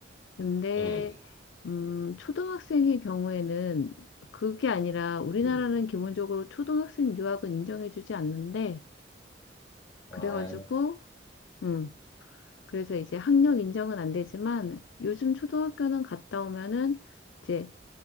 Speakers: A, on the left; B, on the left.
A: 근데,
B: 음,
A: 음, 초등학생의 경우에는 그게 아니라 우리나라는
B: 음,
A: 기본적으로 초등학생 유학은 인정해주지 않는데, 그래가지고,
B: 아,
A: 음, 그래서 이제 학력 인정은 안 되지만, 요즘 초등학교는 갔다 오면은, 이제